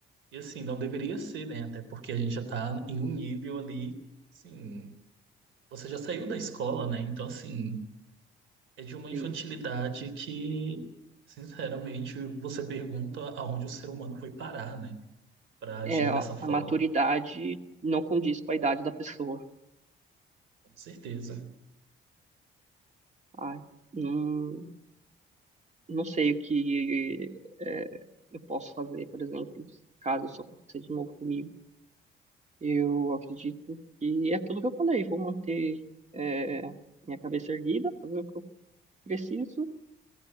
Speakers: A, on the right; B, on the right.
A: E assim, não deveria ser, né? Até porque a gente já tá em um nível ali, assim, você já saiu da escola, né? Então, assim, é de uma infantilidade
B: Sim.
A: que, sinceramente, você pergunta aonde o ser humano foi parar, né? Para agir
B: É, a
A: dessa forma.
B: maturidade não condiz com a idade da pessoa.
A: Com certeza.
B: Ai, não, não sei o que é, eu posso fazer, por exemplo, caso isso aconteça de novo comigo. Eu acredito que é aquilo que eu falei. Vou manter é, minha cabeça erguida, fazer o que eu preciso